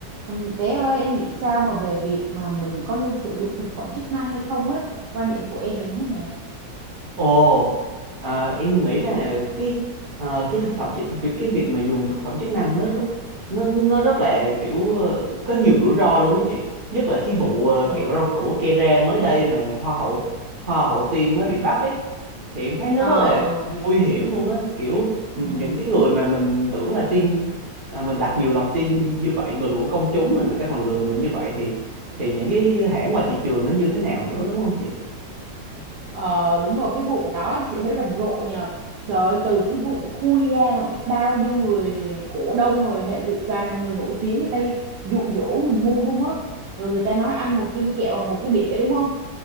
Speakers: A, on the right; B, on the right.
A: Ừm, bé ơi em nghĩ sao mà về việc mà mình có nên sử dụng thực phẩm chức năng hay không ấy quan điểm của em là như thế nào
B: Ồ, à, em nghĩ là cái ờ, cái thực phẩm chức việc cái việc mà dùng thực phẩm chức năng nó rất- nó nó rất là kiểu ờ, có nhiều rủi ro luôn á chị. Nhất là cái vụ ờ,
A: ờ
B: kẹo rau củ Kera mới đây mà hoa hậu hoa hậu Tiên mới bị bắt ấy. Thì em thấy nó
A: ờ
B: rất là
A: ờ
B: nguy hiểm luôn á, kiểu những
A: ừm.
B: cái người mà mình tưởng là tin à, mình đặt nhiều lòng tin như vậy, người của công chúng mà người ta còn lừa mình như vậy thì thì những cái hãng ngoài thị trường nó như thế nào nữa đúng không chị?
A: Ờ, đúng rồi cái vụ đó chị thấy rầm rộ nhờ trời ơi, từ cái vụ khui ra mà biết bao nhiêu người cổ đông rồi hệ lụy toàn là người nổi tiếng người ta dụ dỗ mình mua không á rồi người ta nói ăn một viên kẹo bằng một cái đĩa đúng không